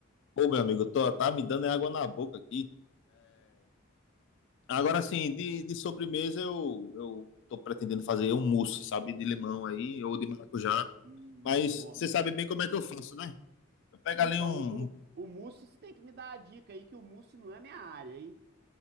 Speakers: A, on the left (about 65°); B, on the right (about 50°).
A: Pô, meu amigo, tô, tá me dando água na boca aqui. Agora, assim, de, de sobremesa eu, eu tô pretendendo fazer um mousse, sabe? De limão aí, ou de maracujá.
B: Hum,
A: Mas
B: nossa.
A: você sabe bem como é que eu faço, né? Eu pego
B: Então,
A: ali um.
B: o, Mu-
A: um-
B: o mousse, você tem que me dar a dica aí que o mousse não é minha área, hein?